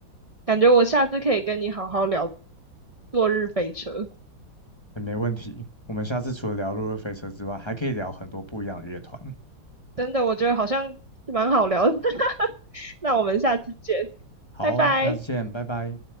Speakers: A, on the right; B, on the left.
A: 感觉我下次可以跟你好好聊落日飞车，
B: 也没问题。我们下次除了聊《落日飞车》之外，还可以聊很多不一样的乐团。
A: 真的，我觉得好像蛮好聊的。<laughs> 那我们下次见，
B: 好哦，
A: 拜拜。
B: 下次见，拜拜。